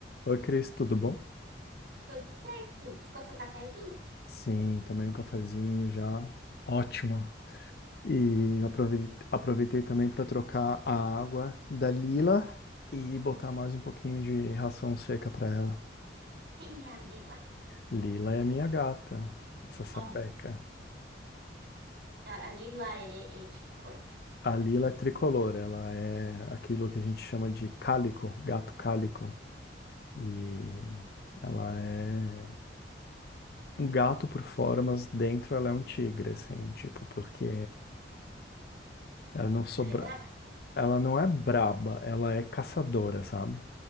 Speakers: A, on the left; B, on the right.
A: Oi, Cris, tudo bom?
B: Tudo certo. Buscou seu cafezinho?
A: Sim, tomei um cafezinho já. Ótimo. E aprove- aproveitei também para trocar a água da Lila e botar mais um pouquinho de ração seca para ela.
B: Quem é a Lila?
A: Lila é minha gata, essa sapeca.
B: Oh, a a Lila é, é de que cor?
A: A Lila é tricolor, ela é aquilo que a gente chama de cálico, gato cálico. E ela é um gato por fora, mas dentro ela é um tigre, assim, tipo, porque ela não sobra,
B: Ela é braba?
A: Ela não é braba, ela é caçadora, sabe?